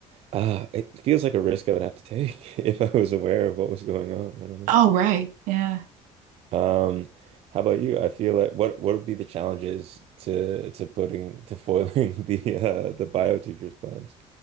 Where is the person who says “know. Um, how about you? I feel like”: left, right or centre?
Right